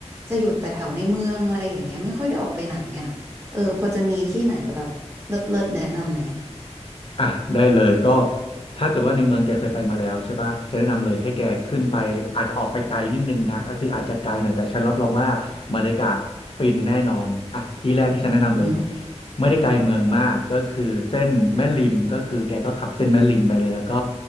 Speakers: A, on the right; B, on the left.
A: จะอยู่แต่แถวในเมืองอะไรอย่างเงี้ยไม่ค่อยได้ออกไปไหนอ่ะเออพอจะมีที่ไหนแบบเลิศเลิศแนะนำไหม
B: อ่ะได้เลยก็ถ้าเกิดว่าในเมืองแกเคยไปมาแล้วใช่ปะฉันแนะนำเลยให้แกขึ้นไปอาจจะออกไปไกลนิดนึงนะก็คืออาจจะไกลหน่อยแต่ฉันรับรองว่าบรรยากาศฟินแน่นอนอ่ะที่แรกที่ฉันแนะนำเลย
A: อืม
B: ไม่ได้ไกลเมืองมากก็คือเส้นแม่ริมก็คือแกก็ขับเส้นแม่ริมไปเลยแล้วก็